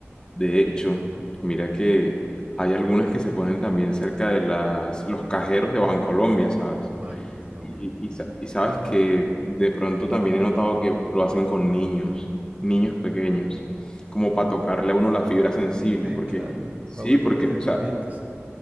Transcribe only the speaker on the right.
Imagínese, hombre.
Sí,
claro,
para jugar
con los sentimientos.